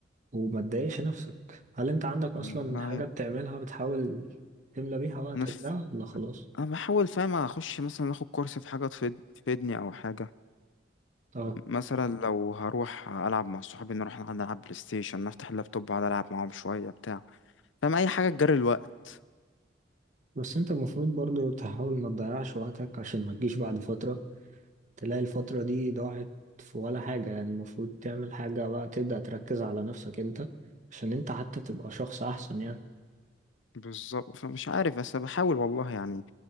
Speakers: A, on the right; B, on the left.
A: وما تضايقش نفسك هل انت عندك
B: والله
A: اصلا حاجة بتعملها بتحاول تملى بيها وقتك
B: انا في...
A: ده ولا خلاص
B: انا بحاول فاهم اخش مثلا اخد كورس في حاجة تفيد... تفيدني او حاجة
A: اه
B: مثلا لو هروح العب مع صحابي نروح نلعب بلاي ستيشن نفتح اللابتوب اقعد العب معاهم شوية بتاع فاهم اي حاجة تجري الوقت
A: بس انت المفروض برضو تحاول ما تضيعش وقتك عشان ما تجيش بعد فترة تلاقي الفترة دي ضاعت في ولا حاجة يعني المفروض تعمل حاجة بقى تبدأ تركز على نفسك انت عشان انت حتى تبقى شخص أحسن يعني
B: بالظبط فمش عارف بس بحاول والله يعني